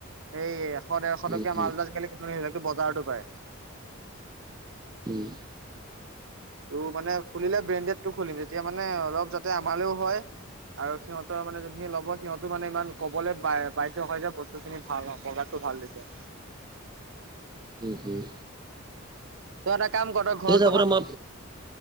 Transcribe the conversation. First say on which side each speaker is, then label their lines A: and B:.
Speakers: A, on the right; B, on the right.
A: এই এশ ডেৰশ
B: উম
A: টকীয়া
B: উম
A: মালটো আজিকালি কোনো বজাৰটো পায়।
B: উম।
A: তোৰ মানে খুলিলে ব্ৰেণ্ডেডটো খুলিম, তেতিয়া মানে অলপ যাতে আমালেও হয়, আৰু সিহঁতৰ মানে যোনখিনি ল'ব সিহঁতো মানে ইমান কবলে বা বাধ্য হয় যে বস্তুখিনি ভাল প্ৰডাক্টটো ভাল দিছে।
B: উম উম
A: তই তাক কাম কৰ, তই
B: ঠিক
A: ঘৰত
B: আছে হ'ব
A: কথা
B: দে মই